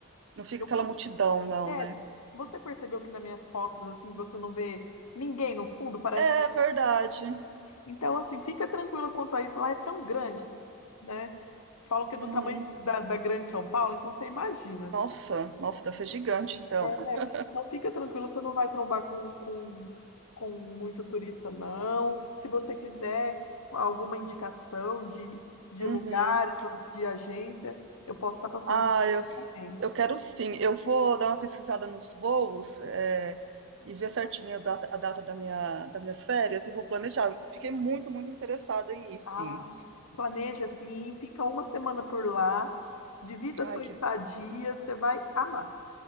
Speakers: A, on the right (about 55°); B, on the left (about 80°).
A: não fica
B: Eu,
A: aquela
B: con-
A: multidão, não,
B: é,
A: né?
B: s- você percebeu que nas minhas fotos, assim, você não vê ninguém no fundo, parece
A: É
B: que...
A: verdade.
B: Então, assim, fica tranquila quanto a isso, lá é tão grande, né? Eles falam que
A: Uhum.
B: é do tamanho da, da Grande São Paulo, então você imagina.
A: Nossa, nossa, deve ser gigante, então.
B: É,
A: <laughs>
B: Então fica tranquila, você não vai trombar com, com, com muito turista, não. Se você quiser alguma indicação de, de
A: Uhum.
B: lugares ou de agência, eu posso estar passando
A: Ah, eu
B: também.
A: Eu quero sim. Eu vou dar uma pesquisada nos voos, é, e ver certinho a data, a data da minha, das minhas férias e vou planejar. Fiquei muito, muito interessada em ir, sim.
B: Ah, planeja assim, fica uma semana por lá, divida
A: Ai,
B: a sua
A: que.
B: estadia, você vai amar.